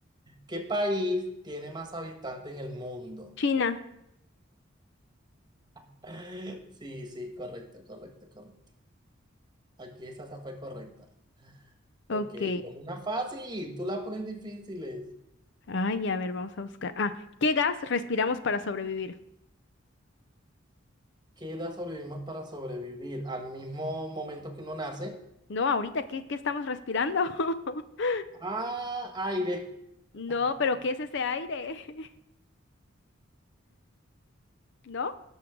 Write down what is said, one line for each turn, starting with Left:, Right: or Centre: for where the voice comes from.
Right: ¿Qué país tiene más habitantes en el mundo?
Left: China.
Right: <laughs> Sí, sí, correcto, correcto, correcto. Aquí esa esa fue correcta. Ok,
Left: Ok.
Right: pon una fácil, tú la pones difíciles.
Left: Ay, a ver, vamos a buscar. Ah, ¿qué gas respiramos para sobrevivir?
Right: ¿Qué edad sobrevivimos para sobrevivir? Al mismo momento que uno nace.
Left: No, ahorita, ¿qué, qué estamos respirando? <laughs>
Right: Ah, aire.
Left: No,
Right: <laughs>
Left: pero ¿qué es ese aire? <laughs> ¿No?